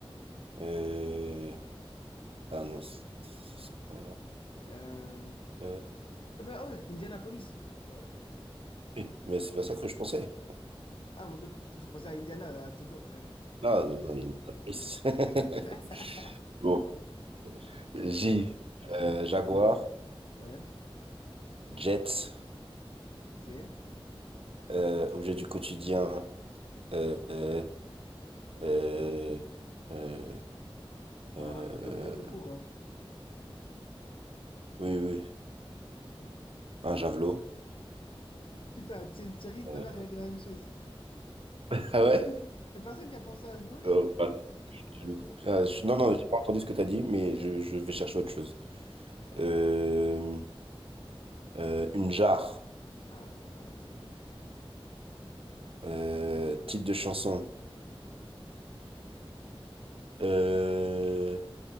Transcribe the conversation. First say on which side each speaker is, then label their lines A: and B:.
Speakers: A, on the right; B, on the left.
A: Euh, Ah non, c'est c'est pas...
B: Euh,
A: euh,
B: Eh ben, oh, Indianapolis. Voilà.
A: oui, mais c'est pas ça que je pensais.
B: Ah, mais toi, tu toi, tu pensais à Indiana, à tout court. Ouais.
A: Ah, euh, non, il y en a plus. <laughs>
B: <laughs>
A: Bon, J,
B: Ok. J.
A: euh, Jaguar,
B: Ouais,
A: Jets,
B: ok.
A: euh, objet du quotidien, Euh, euh, euh, euh, euh,
B: Enfin, un objet tout court. hein.
A: oui, oui, un javelot.
B: Putain, Thi- Thierry,
A: Euh,
B: tout à l'heure, il a dit la même chose.
A: <laughs> Ah
B: Personne
A: ouais?
B: qui... y a personne qui a pensé à jouer?
A: Euh, ouais, je suis jaloux.
B: À jouer?
A: Ah, je- non, non, j'ai pas entendu ce que tu as dit, mais je, je vais chercher autre chose. Euh, euh, une jarre.
B: Ah, voilà, c'est bon.
A: Euh, titre de chanson. Euh,